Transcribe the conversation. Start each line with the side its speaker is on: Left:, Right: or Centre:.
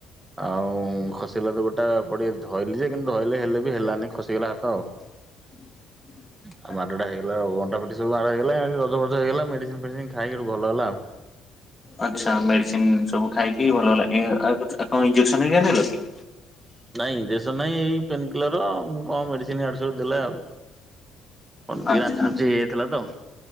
Right: ଆଉ ଖସିଲା ତ ଗୋଡ୍ ଟା ପଡ଼ିଗଲି ଧଇଲି ଯେ କିନ୍ତୁ ଧଇଲେ ହେଲେ ବି ହେଲାନି ଖସିଗଲା ହାତ ଆଉ।
Left: <inaudible>
Right: ଆଉ ମାଡଟା ହେଇଗଲା ଆଉ ଅଣ୍ଟା ପିଠି ସବୁ ମାଡ ହେଇଗଲା ଏ ରଜ ଫଜ ହେଇଗଲା ମେଡିସିନ ଫେଡିସିନ ଖାଇକି ଭଲ ହେଲା ଆଉ।
Left: ଆଚ୍ଛା ମେଡିସିନ ସବୁ ଖାଇକି ଭଲ ହେଲା ଏ କଣ ଇଞ୍ଜେକ୍ସନ ହେରିକା ନେଲା କି।
Right: ନାଇଁ ଇଂଜେସନ ନାଇଁ ଏଇ ପେନ କିଲର କଣ ମେଡିସିନ ୟାଡୁ ସିଆଡୁ ଦେଲେ ଆଉ। କଣ ଟିକେ
Left: ଆଚ୍ଛା
Right: ରାଞ୍ଚି ରୁଞ୍ଚି ହେଇଯାଇଥିଲା ତ।